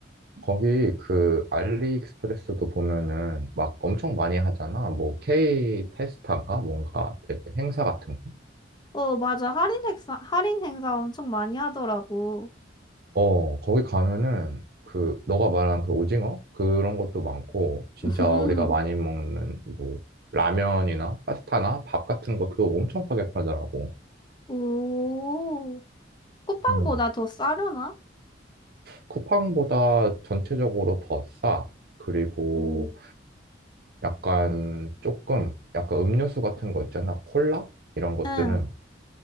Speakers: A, on the right; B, on the left.
A: 거기 그 알리익스프레스도 보면은 막 엄청 많이 하잖아. 뭐 K 테스타인가 뭔가 되게 행사 같은 거.
B: 어, 맞아. 할인 행사, 할인 행사 엄청 많이 하더라고.
A: 어, 거기 가면은 그 너가 말한 그 오징어 그런 것도 많고 진짜
B: <laughs>
A: 우리가 많이 먹는 뭐 라면이나 파스타나 밥 같은 것도 엄청 싸게 팔더라고.
B: 오, 쿠팡보다
A: 음.
B: 더 싸려나?
A: 쿠팡보다 전체적으로 더 싸. 그리고
B: 오.
A: 약간 조금 약간 음료수 같은 거 있잖아. 콜라 이런 것들은
B: 응.